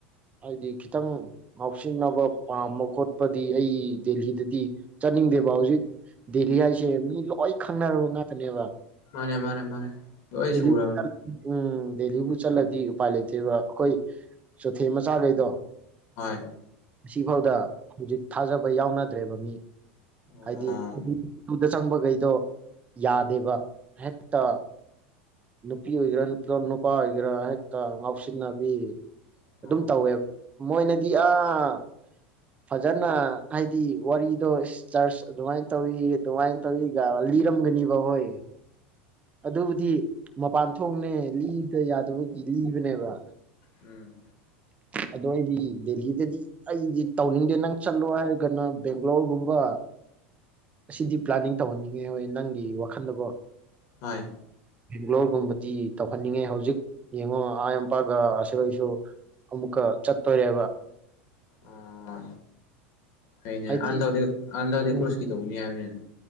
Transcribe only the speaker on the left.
ꯃꯥꯅꯦ ꯃꯥꯅꯦ ꯃꯥꯅꯦꯏ
ꯁꯨꯔꯅꯤ
ꯍꯣꯏ
ꯑꯣ
ꯑꯣ
ꯎꯝ
ꯍꯣꯏ
ꯑꯣ ꯍꯅꯦ
ꯑꯗꯗꯤ ꯑꯟꯗꯩ
ꯀ꯭ꯔꯣꯁꯀꯤ ꯇꯧꯕꯅꯤ ꯍꯥꯏꯕꯅꯤꯅ